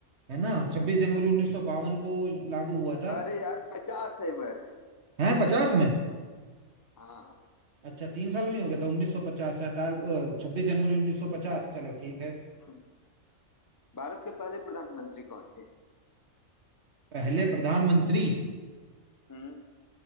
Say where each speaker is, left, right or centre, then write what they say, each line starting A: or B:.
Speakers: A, on the right; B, on the left.
A: है ना छब्बीस जनवरी उन्नीस सौ बावन को लागू हुआ था
B: अरे यार पचास है वह
A: है पचास में
B: हाँ
A: अच्छा तीन साल में ही हो गया था उन्नीस सौ पचास सैताल छब्बीस जनवरी उन्नीस सौ पचास चलो ठीक है
B: हम्म, भारत के पहले प्रधानमंत्री कौन थे
A: पहले प्रधानमंत्री
B: हम्म।